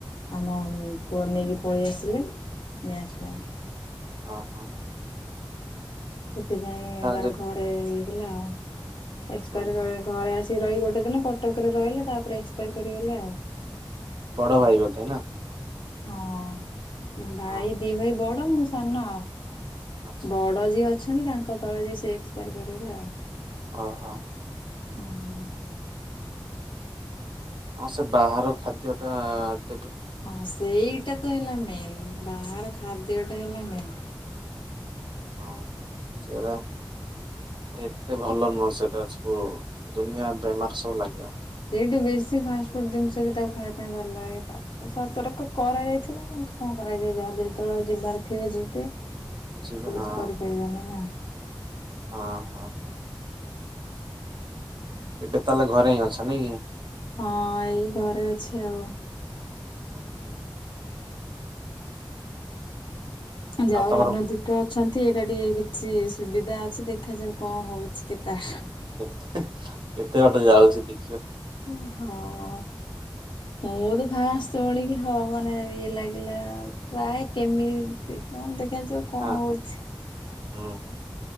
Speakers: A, on the left; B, on the right.
A: ଆମ ଅ- ପୁଅ ନେଇକି ପଳେଇ ଆସିଲେ ନେଇଆସିଲା
B: ଓ ହୋ।
A: ସେଥିପାଇଁ ତାର
B: ଯେ
A: ଘରେ ହେଇଥିଲା ଆଉ ଏକ୍ସପାଏର୍
B: ହୁଁ ହୁଁ
A: ଘରେ ଆସି ସିଏ ରହି ଗୋଟେ ଦିନ କଟକରେ ରହିଲେ ତାପରେ ଏକ୍ସପାୟାର କରିଗଲେ ଆଉ
B: ବଡ଼ ଭାଇ ବୋଧେ ନା?
A: ହଁ ଭାଇ
B: ହଁ
A: ଦି ଭାଇ ବଡ଼ ମୁଁ ସାନ ଆଉ।
B: ଆଚ୍ଛା
A: ବଡ଼ ଯିଏ ଅଛନ୍ତି ତାଙ୍କ ତଳେ ଯଏ ସେ ଏକ୍ସପାର୍ କରିଦଲେ ଆଉ।
B: ଓ ହୋ।
A: ହଁଓଁ
B: ହଁ ସେ ବାହାର ଖାଦ୍ୟ ଟା ଆଁ
A: ହଁ ସେଇଟା ତ ହେଲା ମେନ୍ ବାହାର ଖାଦ୍ୟଟା ହେଲା ମେନ୍।
B: ହଁ ସେଗୁରା ଏତେ ଭଲ ନୁହଁ ସେଟା ସବୁ ଦୁନିଆ ବେମାର ସବୁ ଲାଗିବ।
A: ସେଇଠି ବେଶୀ ଫାଷ୍ଟଫୁ ଫ୍ରୁଟ୍ ଜିନିଷ ବି ତାକୁ ଖାଇବା ପାଇଁ ଭଲ ଲାଗେ ତାକୁ ସତର୍କ କରାଯାଇଥିଲା କିନ୍ତୁ କଣ କରାଯିବ ଯାହାର ଯେତେବେଳେ ଯିବାର ଥିବ ଯିବେ ଆମେ
B: ଯିବେ
A: ତ
B: ହଁ
A: କିଛି କରିପାରିବାନି ନା।
B: ହଁ ହଁ। ଏବେ ତାହେଲେ ଘରେ ହିଁ ଅଛ ନା କି?
A: ହଁ ଏଇ ଘରେ ଅଛି ଆଉ।
B: <unintelligible> ହୁଁ
A: ଯାାଉ
B: ଆଉ ତମର
A: ଅନତିିକ ଆ ଅଛନ୍ତି ଏଇଟା ଟିକେ କିଛି ସୁବିଧା ଅଛି ଦେଖାଯାଉ କଁ ହଉଛି କେତାର
B: <unintelligible> କେତେ ବାଟ ଯାଉଛି ଦେ
A: ଅଁ ହଁଅ୍ଅ୍ଅ୍ ମୁଁ ତ ଭା ଶୁଣିକି ହଁ ମାନେ ଇଏ ଲାଗିଲା ପ୍ରାୟ କେମିତି କଣ ଦେଖ ଦେଖା ଯାଉ କଣ
B: ହଁ
A: ହଉଛି?
B: ହଁ ହୁଁ ହୁଁ।